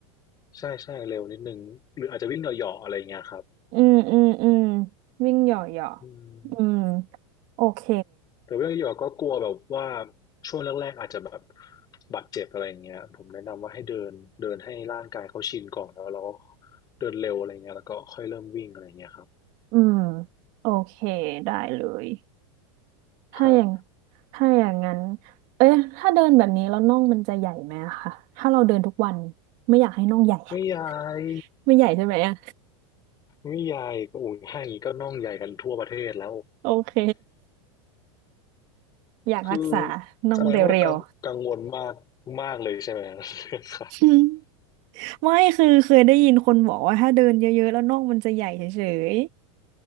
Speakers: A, on the left (about 25°); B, on the right (about 45°).
A: ใช่ใช่เร็วนิดนึงหรืออาจจะวิ่งเหยาะๆอะไรเงี้ยครับ
B: อืมอืมอืมวิ่งเหย่อเหย่อ
A: อืม
B: อืมโอเค
A: แต่วิ่งเหยาะๆก็กลัวแบบว่าช่วงแรกๆอาจจะแบบบาดเจ็บอะไรเงี้ยผมแนะนำว่าให้เดินเดินให้ร่างกายเขาชินก่อนแล้วเราก็เดินเร็วอะไรเงี้ยแล้วก็ค่อยเริ่มวิ่งอะไรเงี้ยครับ
B: อืมโอเคได้เลยถ้าอย่าง
A: ครับ
B: ถ้าอย่างนั้นเอ๊ะถ้าเดินแบบนี้แล้วน่องมันจะใหญ่ไหมอะคะถ้าเราเดินทุกวันไม่อยากให้น่องใหญ่อะ
A: ไม่ยาย
B: ไม่ใหญ่ใช่ไหมอะ
A: วิยายก็อุ่นให้ก็น่องใหญ่กันทั่วประเทศแล้ว
B: โอเคอยากรักษา
A: คือ
B: น่องเรียว
A: แสดงว่ากังกังวลมากมากเลยใช่ไหม <laughs>
B: ๆ
A: ค่ะ
B: ไม่คือเคยได้ยินคนบอกว่าถ้าเดินเยอะๆแล้วน่องมันจะใหญ่เฉย